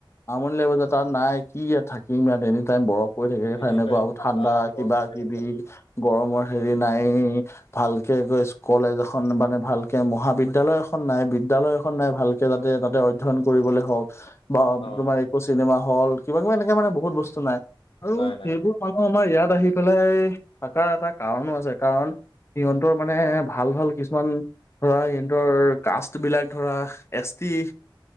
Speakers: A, on the left (about 30°); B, on the left (about 80°).
A: আমনি লাগিব যে তাত নাই, কি ইয়াত থাকিম ইয়াত এনি টাইম গৰম। ক থাকে
B: এনি
A: এনেকুৱা
B: টাইম
A: ঠাণ্ডা
B: বৰফ
A: কিবা-কিবি,
B: পৰি থাকে।
A: গৰমৰ হেৰি
B: উম
A: নাই ভালকে গৈ চ কলেজ এখন মানে ভালকে মহাবিদ্যালয় এখন নাই, বিদ্যালয় এ নাই ভালকে যাতে তাতে অধ্যয়ন কৰিবলে হওক, বা
B: অ
A: তোমাৰ একো চিনেমা হল, কিবা কিবা এনেকে মানে বহুত বস্তু নাই আৰু
B: নাই নাই
A: সেইবোৰ
B: নাই
A: মানুহ আমাৰ ইয়াত আহি পেলাই থাকাৰ এটা কাৰণো আছে, কাৰণ সিহঁতৰ মানে ভাল ভাল কিছুমান ধৰা সিহঁতৰ কাষ্ট বিলাক ধৰা এছ টি,